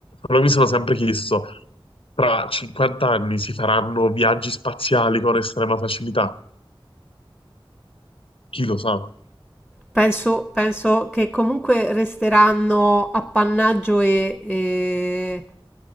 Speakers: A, on the left; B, in the centre.
A: però mi sono sempre chiesto, tra 50 anni si faranno viaggi spaziali con estrema facilità? Chi lo sa? No,
B: Penso, penso che comunque resteranno appannaggio e, e